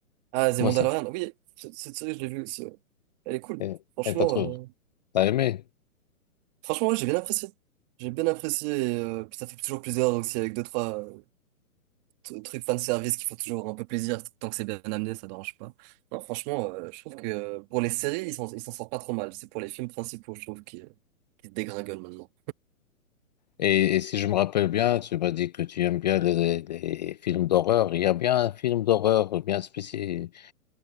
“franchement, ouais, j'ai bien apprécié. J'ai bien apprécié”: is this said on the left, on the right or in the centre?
Right